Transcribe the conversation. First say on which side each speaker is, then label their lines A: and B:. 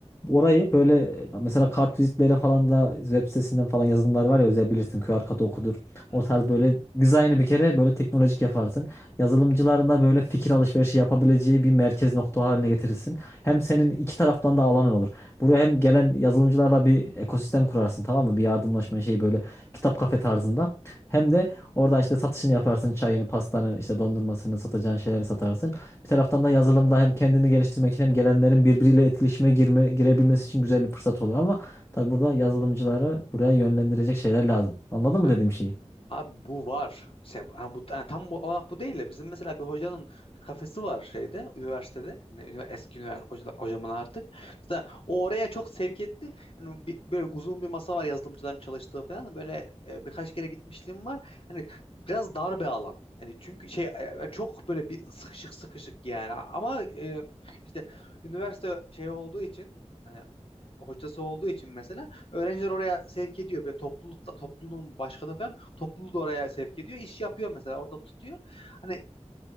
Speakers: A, on the left; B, on the left.
A: Orayı böyle mesela kartvizitlere falan da web sitesinden falan yazılımlar var ya özel bilirsin QR kodu okudur.
B: hı.
A: O
B: hı.
A: tarz böyle dizaynı bir kere böyle teknolojik yaparsın. Yazılımcıların da böyle fikir alışverişi yapabileceği bir merkez nokta haline getirirsin. Hem senin iki taraftan da alanın olur. Buraya hem gelen yazılımcılarla bir ekosistem kurarsın tamam mı? Bir yardımlaşma şeyi böyle kitap kafe tarzında. Hem de orada işte satışını yaparsın çayını, pastanı, işte dondurmasını satacağın şeyleri satarsın. Bir taraftan da yazılımda hem kendini geliştirmek için hem gelenlerin birbiriyle etkileşime girme, girebilmesi için güzel bir fırsat olur ama tabii burada yazılımcıları buraya yönlendirecek şeyler lazım. Anladın mı
B: E,
A: dediğim şeyi?
B: Abi bu var. Şey, ha, bu, ha, tam bu olarak bu değil de bizim mesela bir hocanın bir kafesi var şeyde üniversitede. Hani ünivers- eski üniversite hoca, hocamın artık. Mesela o oraya çok sevk etti. Hani bir- böyle uzun bir masa var yazılımcıların çalıştığı falan. Böyle e, birkaç kere gitmişliğim var. Hani biraz dar bir alan. Yani çünkü şey e, e, çok böyle bir sıkışık sıkışık yani. Ama e, işte üniversite şey olduğu için hani hocası olduğu için mesela öğrenciler oraya sevk ediyor. Böyle toplulukta topluluğun başkanı falan topluluğu da oraya sevk ediyor. İş yapıyor mesela orada tutuyor. Hani